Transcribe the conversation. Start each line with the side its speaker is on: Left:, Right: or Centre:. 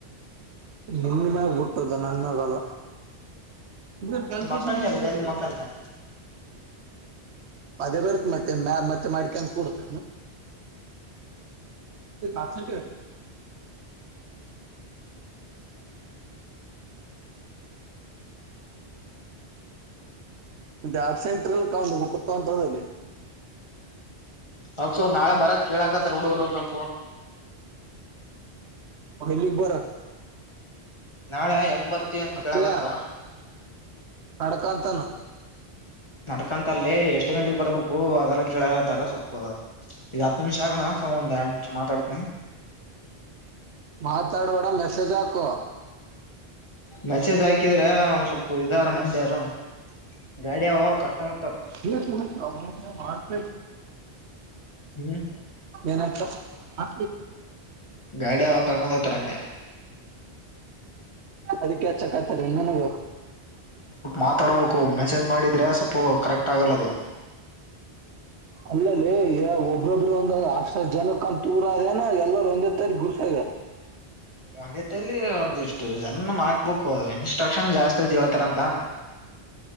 Right: ನಿನ್ ಮ್ಯಾಗಬುಟ್ಟದ ನನ್ಗಲ್ಲ ಇದ ಕ್ಯಾಲ್ಕುಲಷನ್ಂತ
Left: ಮಕ್ಕಂತೇನೆ ಜಲ್ದಿ
Right: ಇತು
Left: ಮಕ್ಕಂತೇನೆ
Right: ಅದೇ ಬರ್ತ್ ಮತ್ತೆ ಮ ಮತ್ತೆ ಮಾಡ್ಕಂತ ಕೊೂಡ್ತ ಸಾಸಟ <unintelligible> ಸೆಂಟರ್ಲ್ಲಿ ಕೊಂಡುತಂತದಲ್ಲಿ.
Left: ಹಸ ನಾಳೆ ಬರಕ್ ಕೇಳಾಕತ್ತ ಉರು ಊರು.
Right: ಲಿ ಬರ
Left: ನಾಳೆ ಹೆಂಗ್ ಬರ್ತಿ ಅಂತ
Right: ಅತ್ತುಯ
Left: ಕೇಳಕತ್ತಾರ
Right: ಕಡ್ಕಂತಾನ
Left: ನಡ್ಕಂತಲ್ಲಿ ಎಷ್ಟ್ ಗಂಟೆಗೆ ಬರ್ಬೇಕು ಅದೆಲ್ಲ ಕೆೇಳಗತ್ತಾರ ಸ್ಪ್ಪ ಇದು ಹತ್ತು ನಿಮಿಷ ಆಗಣ ಚ ಮುಂದ ಆಡು ನಿಮಿಷ ಮಾತಾಡ್ತೀನಿ
Right: ಮಾತಾಡಬಡ ಮೆಸೇಜ್ ಹಕುವ
Left: ಮೆಸೇಜ್ ಹಾಕಿದ್ರೆ ಅವ ಸೊಪ್ಪು ಇದಾರ ಮಂದಿರು ಗಾಡಿಯ ಕರ್ಕೊಂಡ
Right: ಹ ಮಾರ್ಪ
Left: ಹ್ಮ್
Right: ಏನತ ಹ
Left: ಗಾಡಿ ಅವಾಗ ಕರ್ಕೊಂಡ್ ಹೋಗ್ತಾರ ಅಂದೆ
Right: ಅದಕ್ಕೆಚ್ಚಕಾಯತಾರೀ ನನಗ
Left: ಮಾತಾಡಬೇಕು ಮೆಸೇಜ್ ಮಾಡಿದ್ರೆ ಸ್ವಲ್ಪ ಕರೆಕ್ಟ್ ಆಗಲ್ಲದು
Right: ಅಲ್ಲಲ್ಲಿ ಒಬ್ಬ್ರೊಬ್ರು ಒಂದು ಆ ಸ ಜನ ಕಂತ ತೂರ ಅನ ಎಲ್ಲ ಒಂದೇ ತಾರ ಗುಸ ಇವೆ
Left: ಒಂದತಲ್ಲಿ ಒಂದಿಷ್ಟ ಜನ್ ಮಾಡಕ್ಬೇಕುಕ್ ಇನ್ಸ್ಟ್ರಕ್ಷನ್ ಜಾಸ್ತಿ ಅತಿ ಹೇಳ್ತಾರಂತ